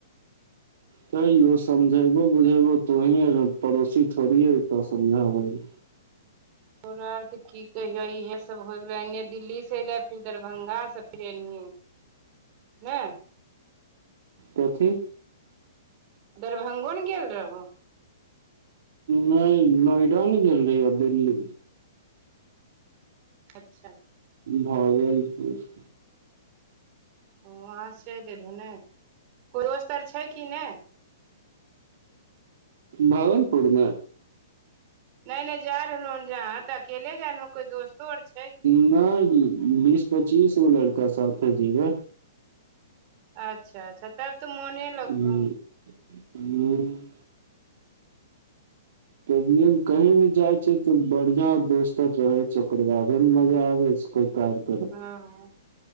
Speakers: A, on the right; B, on the right.
A: तैयो समझैबो बुझैबो तोही अर ह पड़ोसी थोड़ी अइतऽ समझाबै ल।
B: तोरा आर के की कहियऽ इहे सब होय गेले, एने दिल्ली से ऐले फिर दरभंगा सँ फिर एनहि ने
A: तथी।
B: दरभंगो ने गेल रहो।
A: नहि नोएडा ने गेल रहिय आ दिल्ली
B: अच्छा।
A: भऽ गेल कुछ
B: ओ वहाँ से चलि एयलहो ने, कोइ दोस्तअर छै कि नहि।
A: भागलपुरमे
B: नहि- नहि जाय रहलो हन जहां, तऽ अकेले जा रहलों, कोई दोस्तो अओर छै की
A: नहि बी बीस पच्चीस गो लड़का साथे जेबय।
B: अच्छा अच्छा तब तऽ मोने
A: ह
B: लगतौ
A: ह <inaudible> तभिये न कही भी जाइ बढ़िया दोस्त आर रहै छै ओकर बादे ने मजा आबे छै ओकर।
B: हँ